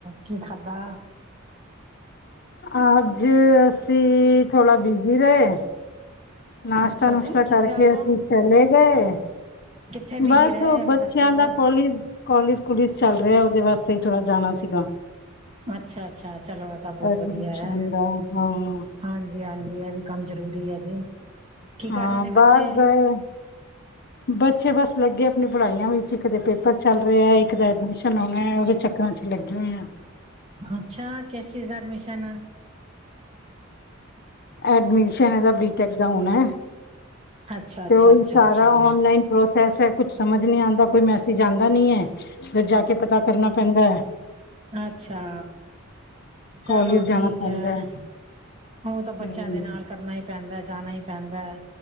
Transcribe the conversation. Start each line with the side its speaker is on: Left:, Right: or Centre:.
Right: ਕੀ ਖਾਧਾ
Left: ਅੱਜ ਅਸੀਂ ਥੋੜਾ ਬਿਜੀ ਰਹੇ ਨਾਸ਼ਤਾ
Right: ਅੱਛਾ
Left: ਨੁਸ਼ਤਾ
Right: ਜੀ
Left: ਕਰਕੇ
Right: ਕਿਸ ਗੱਲ ਤੋਂ
Left: ਅਸੀਂ ਚਲੇ ਗਏ
Right: ਕਿੱਥੇ ਬਿਜੀ
Left: ਬਸ
Right: ਰਹੇ
Left: ਉਹ
Right: ਇਹ
Left: ਬੱਚਿਆਂ
Right: ਵੀ ਦੱਸੋ?
Left: ਦਾ ਕੋਾਲਜ ਕੋਾਲਜ ਕੁਲੇਿਜ ਚੱਲ ਰਿਹਾ ਉਹਦੇ ਵਾਸਤੇ ਥੋੜਾ ਜਾਣਾ ਸੀਗਾ
Right: ਅੱਛਾ ਅੱਛਾ ਚਲੋ ਤਾਂ ਬਹੁਤ
Left: ਐਡਮਿਸ਼ਨ
Right: ਵਧੀਆ ਹੈ
Left: ਦਾ ਹਾਂ
Right: ਹਾਂਜੀ ਜੀ ਹਾਂਜੀ ਇਹ ਵੀ ਕੰਮ ਜਰੂਰੀ ਹੈ ਜੀ ਕੀ
Left: ਹਾਂ
Right: ਕਰ ਰਹੇ ਨੇ
Left: ਬਾਹਰ
Right: ਬੱਚੇ
Left: ਗਏ ਬੱਚੇ ਬਸ ਲੱਗੇ ਆਪਣੀ ਪੜ੍ਹਾਈਆਂ ਵਿੱਚ ਇੱਕ ਦੇ ਪੇਪਰ ਚੱਲ ਰਿਹਾ ਇੱਕ ਐਡ ਮਿਸ਼ਨ ਹੁਣ ਉਹਦੇ ਚੱਕਰਾਂ ਚ ਲੱਗੇ ਹੋਏ ਆ
Right: ਅੱਛਾ ਕਿਸ ਚੀਜ਼ ਦਾ ਐਡਮਿਸ਼ਨ ਹੈ
Left: ਐਡਮਿਸ਼ਨ ਇਹਦਾ ਬੀਟੈਕ ਦਾ ਹੋਣਾ ਹੈ
Right: ਅੱਛਾ ਅੱਛਾ
Left: ਤੇ ਔ ਹੀ
Right: ਅੱਛਾ
Left: ਸਾਰਾ
Right: ਅੱਛਾ
Left: ਔਨਲਾਈਨ ਪ੍ਰੋਸੈਸ ਹੈ, ਕੁਛ ਸਮਝ ਨੀ ਆਉਂਦਾ, ਕੋਈ ਮੈਸੇਜ ਆਉਂਦਾ ਨੀ ਹੈ। ਫੇਰ ਜਾ ਕੇ ਪਤਾ ਕਰਨਾ ਪੈਂਦਾ ਹੈ।
Right: ਅੱਛਾ ਚਲੋ
Left: ਕਾਲਜ ਜਾਣਾ
Right: ਠੀਕ
Left: ਪੈਂਦਾ
Right: ਹੈ, ਉਹ ਤਾਂ ਬੱਚਿਆਂ
Left: ਹਮ,
Right: ਦੇ ਨਾਲ ਕਰਨਾ ਹੀ ਪੈਂਦਾ ਜਾਣਾ ਹੀ ਪੈਂਦਾ,